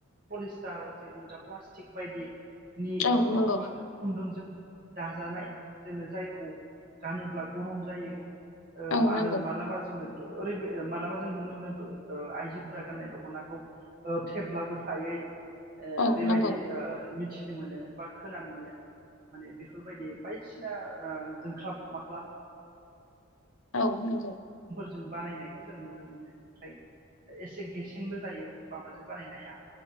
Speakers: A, on the right (about 45°); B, on the left (about 65°).
A: पलिस्टार जेजों जा प्लास्टिक बायदि नि
B: औ
A: ओ
B: नंगौ
A: माबाजों खुनदुंजों दा जानाय जोङो जायखौ गानोब्ला गरम जायो। ओ
B: औ नंगौ
A: आरो मालाबा जोङो ओरै बे मालाबा जों नुनो मोनो ओ आइजोफोरा गाननाय दख'नाखौ ओ थेबब्लाबो थायै ओ
B: औ
A: बेबायदि
B: नंगौ
A: ओ मिथिनो मोनो बा खोनानो मोनो माने बे फोरबायदि बायदिसिना ओ जोंख्लाब माख्लाब
B: औ नंगौ।
A: जों बानायनायखौ जों नुनो मोनो ओमफ्राय एसे गेसेंबो जायो माबाजों बानायनाया